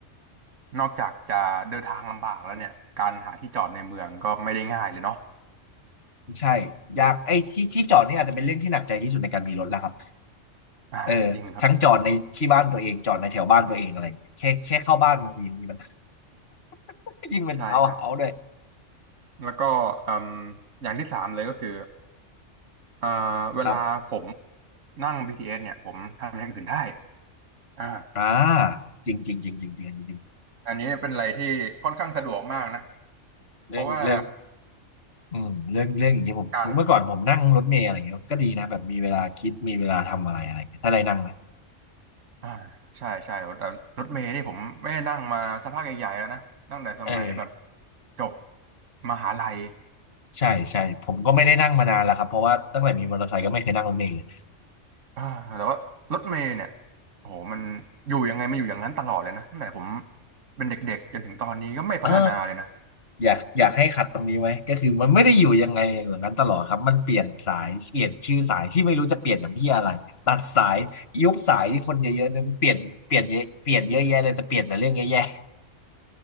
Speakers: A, on the right; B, on the left.
A: นอกจากจะเดินทางลำบากแล้วเนี่ยการหาที่จอดในเมืองก็ไม่ได้ง่ายเลยเนาะ
B: <laughs> ใช่ยากไอ้ที่ที่จอดนี่อาจจะเป็นเรื่องที่หนักใจที่สุดในการมีรถแล้วครับ
A: อ่าจริงครับจริง
B: เออทั้งจอดในที่บ้านตัวเองจอดในแถวบ้านตัวเองอะไรอย่างเงี้ยแค่แค่เข้าบ้านบางทีมีมัน <laughs> ยิ่งเป็นทาวน์เฮาส์ด้วย
A: ใช่ครับแล้วก็อืมอย่างที่สามเลยก็คือเอ่อเวลาผม
B: ครับ
A: นั่ง BTS เอสเนี่ยผมทำอย่างอื่นได้อ่า
B: อ่าจริงจริงจริงจริงจริงจริง
A: อันนี้เป็นอะไรที่ค่อนข้างสะดวกมากนะเพราะว่า
B: เรื่องเรื่อง อืมเรื่องเรื่องอย่างนี้ยผมเมื่อก่อนผมนั่งรถเมล์อะไรเงี้ยก็ดีนะแบบมีเวลาคิดมีเวลาทำอะไรอะไรเงี้ยถ้าได้นั่งนะ
A: การ อ่าใช่ใช่แต่รถเมล์นี่ผมไม่ได้นั่งมาสักพักใหญ่ๆแล้วนะตั้งแต่สมัยแบบ
B: เออ
A: จบมหาลัย
B: ใช่ใช่ผมก็ไม่ได้นั่งมานานแล้วครับเพราะว่าตั้งแต่มีมอเตอร์ไซค์ก็ไม่เคยนั่งรถเมล์เลย
A: อ่าแต่ว่ารถเมล์เนี่ยโอ้โหมันอยู่ยังไงมันอยู่อย่างนั้นตลอดเลยนะตั้งแต่ผมเป็นเด็กๆจนถึงตอนนี้ก็ไม่พัฒนาเลยนะ
B: เอออยากอยากให้ขัดตรงนี้ไว้ก็คือมันไม่ได้อยู่ยังไงอย่างนั้นตลอดครับมันเปลี่ยนสายเปลี่ยนชื่อสายที่ไม่รู้จะเปลี่ยนอย่างพี่อะไรตัดสายยุบสายที่คนเยอะๆเนี่ยมันเปลี่ยนเปลี่ยนเยอะเปลี่ยนเยอะแยะเลยแต่เปลี่ยนแต่เรื่องแย่